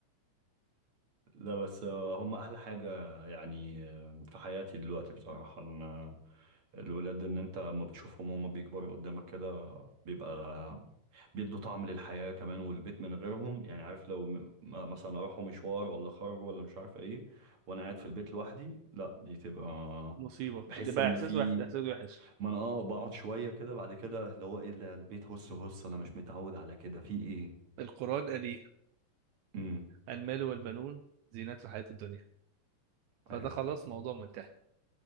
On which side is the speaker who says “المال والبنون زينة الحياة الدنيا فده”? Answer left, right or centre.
Right